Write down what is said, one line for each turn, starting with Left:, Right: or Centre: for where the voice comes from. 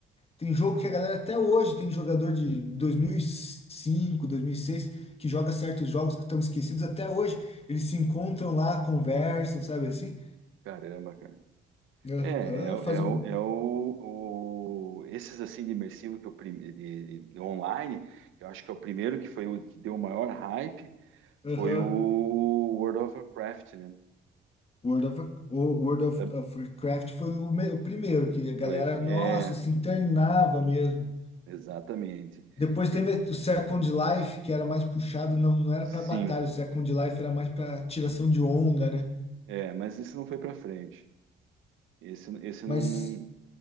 Left: Tem jogo que a galera até hoje tem jogador de 2005, 2006, que joga certos jogos que estão esquecidos até hoje. Eles se encontram lá, conversam, sabe assim?
Right: Caramba, cara.
Left: Aham,
Right: É, é, o,
Left: fazem
Right: é o,
Left: um.
Right: é o- o- esses assim de imersivo que eu prim- de, de- de online, que eu acho que é o primeiro que foi o que deu o maior hype,
Left: Aham.
Right: foi o World of Warcraft, né?
Left: World of, o World of,
Right: Da-
Left: of Warcraft foi o, me- o primeiro que a galera,
Right: Foi,
Left: nossa,
Right: é,
Left: se internava mesmo.
Right: exatamente.
Left: Depois teve
Right: E-
Left: o Second Life, que era mais puxado, não, não era
Right: Sim,
Left: para batalha, o Second Life era mais para tiração de onda, né?
Right: é, mas esse não foi pra frente. Esse, esse
Left: Mas
Right: não, não-